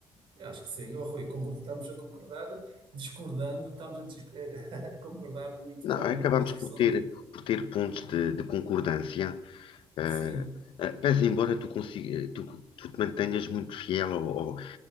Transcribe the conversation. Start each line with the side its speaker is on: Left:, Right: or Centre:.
Right: Eu Acho que sim, oh, Rui, concordo, estamos a concordar, discordando, estamos a, dis- <laughs> a concordar muito
Left: Não,
Right: com,
Left: acabamos
Right: com este assunto.
Left: por ter, por ter pontos de, de concordância, eh,
Right: Sim,
Left: eh, pese embora tu, consiga, tu, tu te mantenhas muito fiel ou, ou